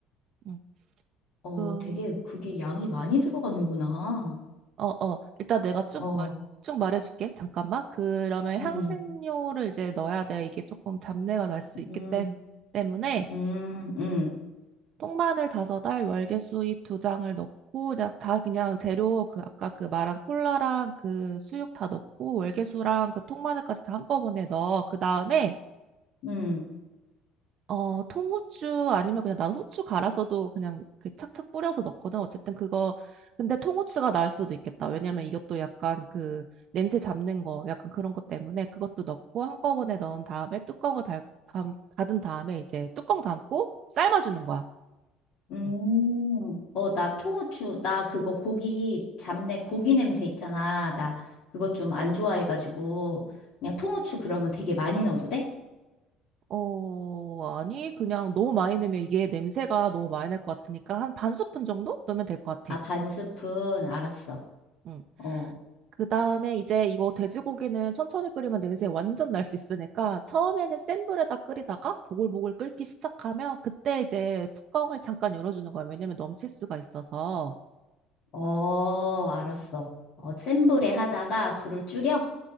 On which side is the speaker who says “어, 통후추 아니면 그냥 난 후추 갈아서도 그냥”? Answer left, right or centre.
Right